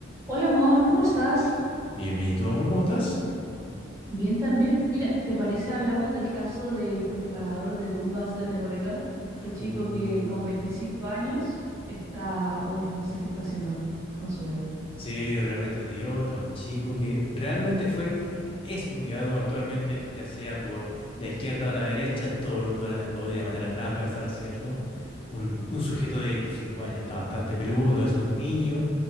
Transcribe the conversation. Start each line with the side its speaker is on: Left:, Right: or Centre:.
Right: Hola amor, ¿cómo estás?
Left: Bien, bien. ¿Y tú, amor, cómo estás?
Right: Bien también. Mira, ¿te parece hablamos del caso del profanador de tumbas de Recoleta? Este chico
Left: Uh,
Right: que con 25 años está, uff, no sé qué está haciendo con su vida.
Left: Sí, realmente un idiota, un chico que realmente fue, es odiado actualmente, ya sea por la izquierda o la derecha, todo el mundo la- lo odia de manera transversal, ¿cierto? Un, un sujeto de 25 años, está bastante peludo, no es un niño,